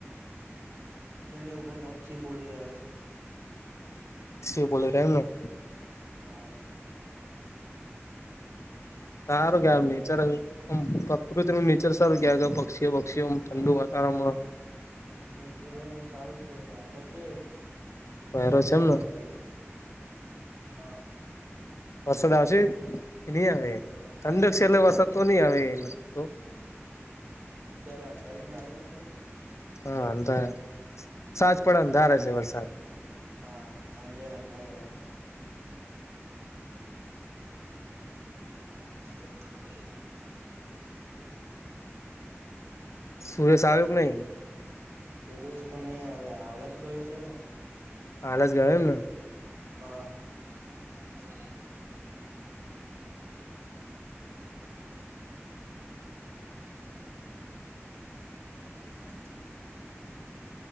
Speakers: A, on the right; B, on the left.
A: તેની ઉપર પક્છી બોલી રહ્યા છે
B: શું બોલે રા એમન.
A: હા.
B: સારું કેવાય નેચરમ પ્રકૃતિ નું નેચર સરું કે પક્ષીઓ <unintelligible> ઠંડુ
A: હા
B: વાતાવરણમાં
A: નેચરલ અહીં નું સારું જ છે વાયરો છે
B: વાયરો
A: ઠંડક
B: છે એમન
A: પણ હા
B: વરસાદ આવશે કે ની આવે
A: વરસાદ
B: ઠંડક્ષ
A: તો
B: એટલે
A: નહી
B: વરસાદ
A: આવે
B: તો નહી આવે લગભગ
A: અત્યારે અંધારી ને આવ્યું નથી ને
B: હા અંધાએ સાહજ પડ અંધારા છે વરસાદ
A: હા હાંજે અંધારે વરસાદ આ <inaudible> જોના ખોરેતી <inaudible>
B: સુરેશ આયો કે નઈ
A: સુરેશ તો નઈ આવે હાલ જ ગયો છે ને
B: હાલ જ ગયો એમ ન
A: હા <inaudible> <inaudible> બે વાગ્યા એઅ